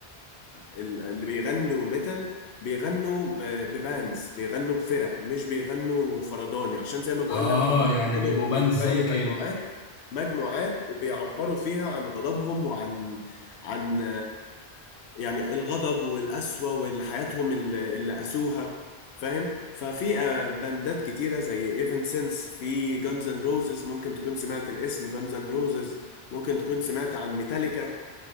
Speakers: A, on the left (about 80°); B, on the left (about 45°).
A: ال- اللي بيغنوا ميتال بيغنوا ب- ببانز بيغنوا بفرق مش بيغنوا فرداني عشان زي ما بقول
B: اه
A: لك هم
B: يعني
A: كانوا
B: بيبقوا
A: بيغنوا
B: باند زي كاير
A: مجموعات مجموعات وبيعبروا فيها عن غضبهم وعن عن يعني الغضب والقسوة والحياتهم اللي, اللي قاسوها فاهم ففي آه، باندات كتيرة زي ايفنسنس في جانز اند روزز ممكن تكون سمعت الاسم جانز اند روزز ممكن تكون سمعت عن ميتاليكا